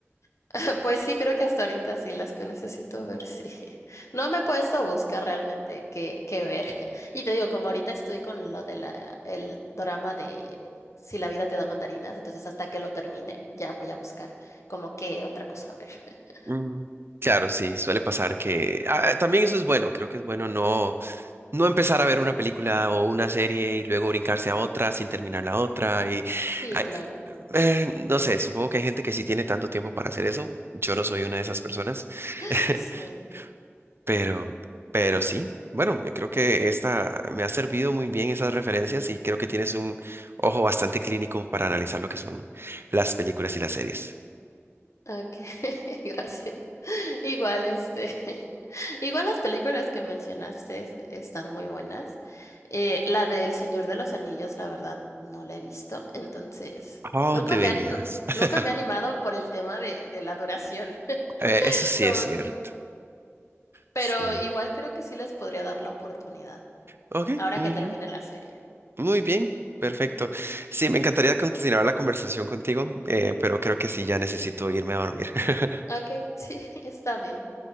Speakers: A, on the left; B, on the right.
A: <laughs> Pues sí, creo que hasta ahorita sí las que necesito ver, sí. <laughs> No me he puesto a buscar realmente qué, qué ver. <laughs> Y te digo, como ahorita estoy con lo de la, el drama de Si la vida te da mandarinas, entonces hasta que lo termine, ya voy a buscar como qué otra cosa ver. <laughs>
B: Mm, Claro, sí, suele pasar que ah, también eso es bueno, creo que es bueno no no empezar a ver una película o una serie y luego brincarse a otra sin terminar la otra y
A: Sí,
B: ay,
A: claro.
B: eh, no sé, supongo que hay gente que sí tiene tanto tiempo para hacer eso, yo no soy una de esas personas,
A: <laughs>
B: <laughs>
A: Sí.
B: pero pero sí, bueno, creo que esta me ha servido muy bien esas referencias y creo que tienes un ojo bastante clínico para analizar lo que son las películas y las series.
A: Ok, <laughs> gracias. Igual, este, <laughs> igual las películas que mencionaste están muy buenas. Eh, la del Señor de los Anillos, la verdad, no la he visto, entonces
B: Oh,
A: nunca
B: deberías.
A: me, han- nu-
B: <laughs>
A: nunca me he animado por el tema de, de la duración. <laughs>
B: Eh, eso sí
A: Como
B: es cierto.
A: que, pero
B: Sí.
A: igual creo que sí les podría dar la oportunidad,
B: Ok,
A: ahora
B: muy
A: que termine
B: bien.
A: la serie.
B: Muy bien. Perfecto. Sí, me encantaría continuar la conversación contigo, eh, pero creo que sí, ya necesito irme a dormir. <laughs>
A: Ok, <laughs> sí, está bien.